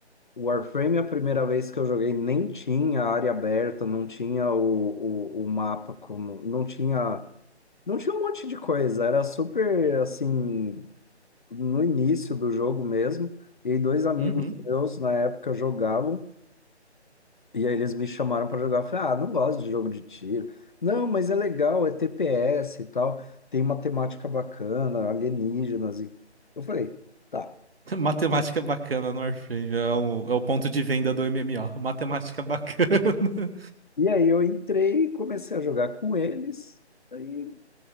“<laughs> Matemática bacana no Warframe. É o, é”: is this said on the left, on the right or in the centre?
Right